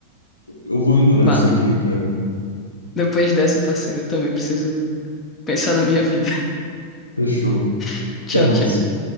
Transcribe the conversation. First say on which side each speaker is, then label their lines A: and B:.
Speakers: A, on the left; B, on the left.
A: Eu vou indo nessa
B: Mal.
A: aqui, cara.
B: Depois dessa, parceiro, eu também preciso pensar na minha vida.
A: Fechou.
B: <laughs> Tchau,
A: Até mais.
B: tchau.